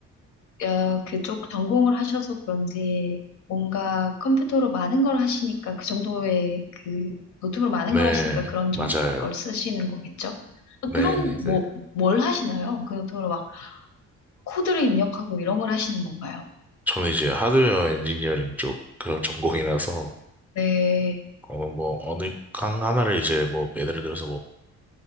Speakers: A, on the left; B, in the centre.
A: 어, 그쪽 전공을 하셔서 그런지 뭔가 컴퓨터로 많은 걸 하시니까 그 정도의 그 노트북으로 많은
B: 네,
A: 걸 하시니까 그런
B: 맞아요.
A: 저- 걸 쓰시는 거겠죠? 아,
B: 네,
A: 그럼
B: 네. 그,
A: 뭐, 뭘 하시나요? 그 노트북으로 막 코드를 입력하고 이런 걸 하시는 건가요?
B: 저는 이제 하드웨어 엔지니어링 쪽 그 전공이라서,
A: 네.
B: 어, 뭐, 어느 강 하나를 이제 뭐, 예를 들어서 뭐,